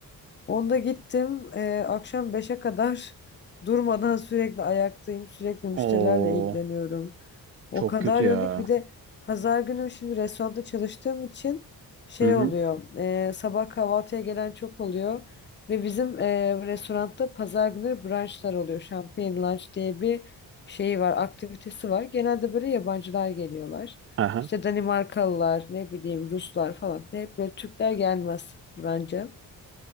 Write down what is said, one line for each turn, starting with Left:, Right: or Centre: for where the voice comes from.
Left: Onda gittim. Ee, akşam beşe kadar <laughs> durmadan sürekli ayaktayım. Sürekli müşterilerle
Right: Oo
Left: ilgileniyorum. O
Right: çok
Left: kadar
Right: kötü ya.
Left: yoğunluk ki bir de pazar günü şimdi restoranda çalıştığım için şey
Right: Hı hı.
Left: oluyor. ee, sabah kahvaltıya gelen çok oluyor. Ve bizim ee, restoranda pazar günü brunchlar oluyor. Champagne lunch diye bir şey var, aktivitesi var. Genelde böyle yabancılar geliyorlar.
Right: Aha.
Left: İşte Danimarkalılar, ne bileyim Ruslar falan. Hep böyle Türkler gelmez brunch'a.